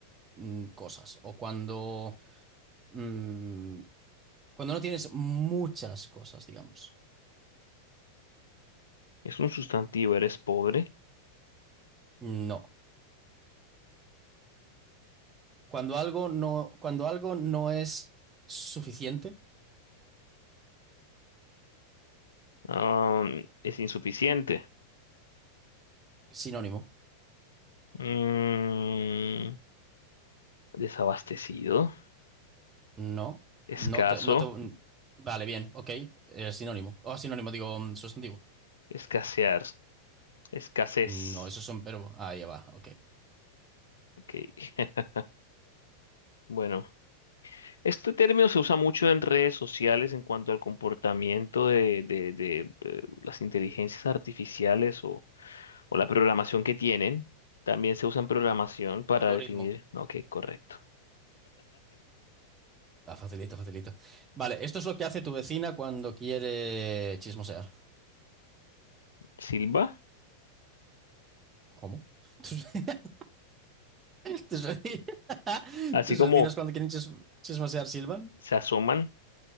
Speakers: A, on the right (about 20°); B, on the left (about 65°).
A: mm, cosas o cuando, mm, cuando no tienes muchas cosas, digamos.
B: Es un sustantivo, eres pobre.
A: No. Cuando algo no, cuando algo no es suficiente,
B: Am, es insuficiente.
A: sinónimo.
B: Mm, desabastecido.
A: No,
B: Escaso.
A: no te, no te. Vale, bien, ok. Eh, sinónimo. Oh, sinónimo, digo mm, sustantivo.
B: Escasear. Escasez.
A: No, esos son verbos. Ahí va, ok.
B: Ok. <laughs> Bueno, este término se usa mucho en redes sociales en cuanto al comportamiento de, de- de, eh, las inteligencias artificiales o, o la programación que tienen. También se usa en programación para
A: Algoritmo.
B: definir. Ok, correcto.
A: Ah, facilito, facilito. Vale, esto es lo que hace tu vecina cuando quiere chismosear.
B: Silva.
A: ¿Cómo? ¿Tus, <laughs> tus veci- <laughs>
B: Así
A: tus
B: como
A: vecinas cuando quieren chis- chismosear silban?
B: se asoman,